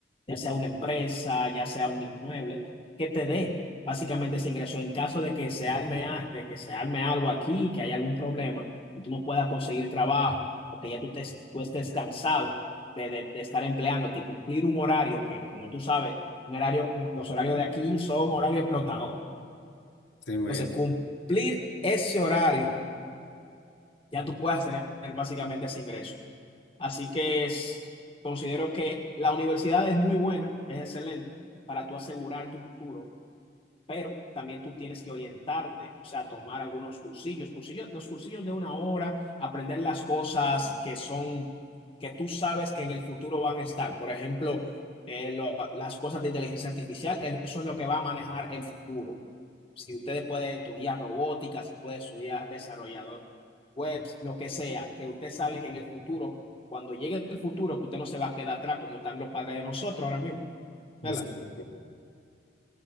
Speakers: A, on the left; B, on the left.
A: ya sea una empresa, ya sea un inmueble, que te dé básicamente ese ingreso en caso de que se arme, a- de que se arme algo aquí, que haya algún problema, y tú no puedas conseguir trabajo, o que ya tú, te, tú estés cansado de, de, de estar empleándote y cumplir un horario que, como tú sabes, un horario, un- los horarios de aquí son horarios explotadores.
B: Sí, mi-
A: Entonces, cumplir ese horario ya tú puedas tener básicamente ese ingreso. Así que es- considero que la universidad es muy buena, es excelente para tú asegurar tu futuro pero también tú tienes que orientarte, o sea, tomar algunos cursillos, cursillos, los cursillos de una hora, aprender las cosas que son, que tú sabes que en el futuro van a estar. Por ejemplo, eh, lo- las cosas de inteligencia artificial, eh, eso es lo que va a manejar el futuro. Si ustedes pueden estudiar robótica, si pueden estudiar desarrollador web, lo que sea, que usted sabe que en el futuro, cuando llegue el futuro, que usted no se va a quedar atrás como están los padres de nosotros ahora mismo, ¿verdad?
B: exacto.